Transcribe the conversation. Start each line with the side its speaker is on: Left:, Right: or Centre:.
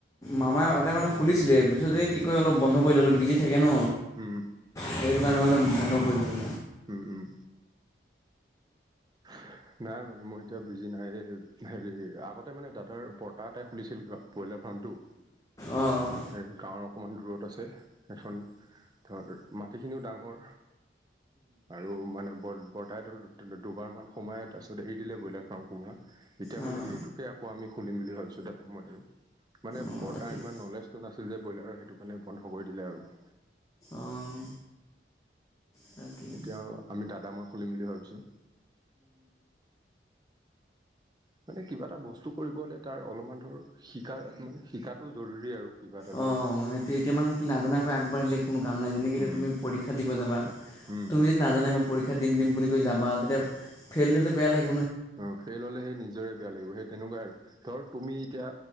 Left: মামাই ইয়াৰতে মানে খুলিছিলে পিছতে কি কয় অলপ বন্ধ কৰিলে অলপ বিজি থাকে ন
Right: হম
Left: সেইটো কাৰণে মানে বন্ধ কৰি দি
Right: উম উম হয় নাই মানে মই এতিয়া বিজি নাই এই হেৰি আগতে মানে দাদাৰ বৰ্তা এটাই খুলিছিল ব্ৰইলাৰ ফাৰ্মটো
Left: অঁ অঁ
Right: এ গাঁৱৰ অকমান দূৰত আছে এখন ধৰ মাটিখিনিও ডাঙৰ আৰু মানে ব বৰ্তাই ধৰক দুবাৰমান সোমাই তাৰ পিছত এৰি দিলে ব্ৰইলাৰ ফাৰ্ম সোমাৱা এতিয়া
Left: অঁ
Right: মানে সেইটোকে আকৌ আমি খুলিম বুলি ভাবিছোঁ দাদা মই আৰু মানে
Left: অঁ
Right: বৰ্তাৰ
Left: ঠিক
Right: ইমান নলেজটো নাছিল যে ব্ৰইলাৰ সেইটো কাৰণে বন্ধ কৰি দিলে আৰু <inaudible>
Left: অঁ তাকেই
Right: এতিয়াও আমি দাদা মই খুলিম বুলি ভাবিছো মানে কিবা এটা বস্তু কৰিবলে তাৰ অলপমান ধৰ শিকা মানে শিকাতটো জৰুৰী আৰু কিবা এটা ধৰ
Left: অক্ষ সেইটো এতিয়া মানে কি নাজানাকৈ আগবাঢ়িলে কোনো কাম নাই যেনেকে এতিয়া
Right: উম
Left: তুমি পৰীক্ষা দিব যাবা
Right: উম
Left: তুমি যদি নাজানে মই পৰীক্ষা দিম দিম বুলি কৈ যাবা তেতিয়া ফেল্ডটোতো বেয়া লাগে
Right: অহ ফেইল হলে সেই নিজৰে বেয়া লাগিব সেই তেনেকুৱাই আৰু ধৰ তুমি এতিয়া